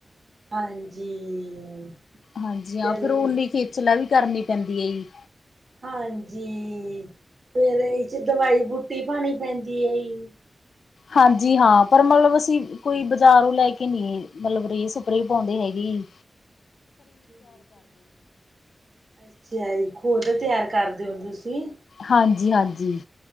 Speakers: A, on the right; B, on the left.
A: ਹਾਂਜੀ।
B: ਹਾਂਜੀ ਹਾਂ,
A: ਚਲੋ
B: ਫੇਰ ਓਨੀ
A: ਜੀ,
B: ਖੇਚਲਾ ਵੀ ਕਰਨੀ ਪੈਂਦੀ ਏ ਜੀ।
A: ਹਾਂਜੀ, ਫੇਰ ਇਹ 'ਚ ਦਵਾਈ ਬੂਟੀ ਪਾਣੀ ਪੈਂਦੀ ਏ ਜੀ।
B: ਹਾਂਜੀ ਹਾਂ, ਪਰ ਮਲਬ ਅਸੀਂ ਕੋਈ ਬਾਜ਼ਾਰੋਂ ਲੈ ਕੇ ਨੀ ਮਲਬ ਰੇ-ਸਪ੍ਰ‌ੇਂ ਪਾਉਂਦੇ ਹੈਗੇ ਈ
A: ਠੀਕ ਐ, ਅੱਛਾ ਜੀ, ਖੁਦ ਤਿਆਰ ਕਰਦੇ ਓ ਤੁਸੀਂ?
B: ਹਾਂਜੀ-ਹਾਂਜੀ।